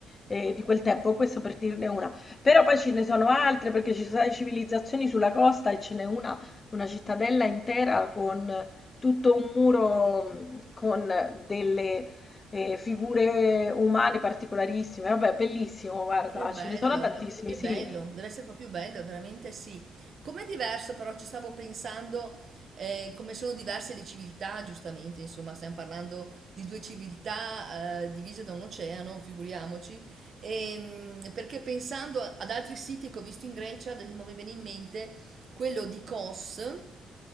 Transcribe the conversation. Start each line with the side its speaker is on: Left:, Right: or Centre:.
Left: eh, di quel tempo, questo per dirne una. Però poi ce ne sono altre perché ci sono state civilizzazioni sulla costa e ce n'è una una cittadella intera con tutto un muro mh, con delle eh, figure umane particolarissime. Vabbè, bellissimo, guarda,
Right: Che bello,
Left: ce ne sono tantissimi,
Right: che
Left: sì.
Right: bello, deve essere proprio bello, veramente sì. Com'è diverso però, ci stavo pensando, eh, come sono diverse le civiltà, giustamente, insomma, stiamo parlando di due civiltà, eh, divise da un oceano, figuriamoci, Ehm, perché pensando a- ad altri siti che ho visto in Grecia, ad esempio mi viene in mente quello di Kos,